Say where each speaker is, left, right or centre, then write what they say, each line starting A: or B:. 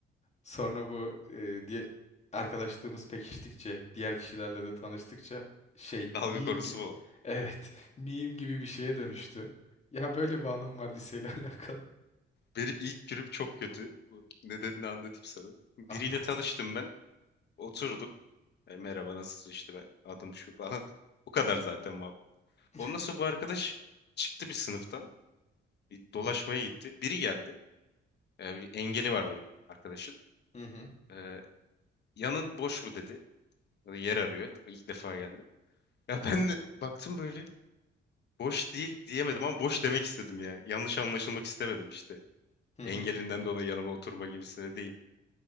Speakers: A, on the left; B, on the left.
A: Sonra bu e, diye arkadaşlığımız pekiştikçe diğer kişilerle de tanıştıkça şey
B: Dalga
A: meme
B: konusu
A: gibi
B: mu oğlum?
A: <laughs> evet meme gibi bir şeye dönüştü. Ya böyle bir anım var liseyle <laughs> alakalı.
B: Benim ilk günüm çok kötü. Bu Nedenini anlatayım sana. Biriyle
A: Anlat.
B: tanıştım ben. Oturdum. E, merhaba nasılsın işte ben adım şu falan. <laughs> Bu kadar zaten muhabbet.
A: <laughs>
B: Ondan sonra bu arkadaş çıktı bir sınıftan. Bir dolaşmaya gitti. Biri geldi. E, bir engeli vardı arkadaşın.
A: Hı hı.
B: E, yanın boş mu dedi. Yer arıyor. İlk defa geldi. Ya ben de baktım böyle. Boş değil diyemedim ama boş demek istedim ya. Yanlış anlaşılmak istemedim işte
A: Hı
B: engelinden
A: hı. Hı hı.
B: dolayı yanıma oturma gibisine değil.